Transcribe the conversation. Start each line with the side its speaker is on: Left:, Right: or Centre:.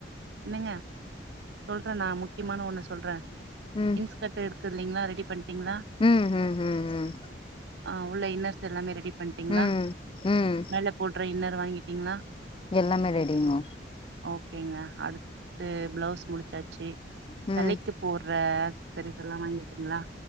Right: என்னங்க சொல்றேன் நான் முக்கியமான ஒன்னு சொல்றேன்
Left: ம்
Right: இன்ஸ் கட்டு இருக்குல்லலைங்களா ரெடி பண்ணிட்டீங்களா
Left: ம் ம் ம் ம்
Right: ஆ உள்ள இன்னர்ஸ் எல்லாமே ரெடி பண்ணிட்டீங்களா
Left: ம் ம்
Right: மேலே போடுற இன்னர் வாங்கிட்டீங்களா
Left: எல்லாமே ரெடிங்க
Right: ஓகேங்க அடுத்து பிளவுஸ் முடிச்சாச்சு
Left: ம்
Right: தலைக்கு போட்ற சாரீஸ் எல்லாம் வாங்கிட்டீங்களா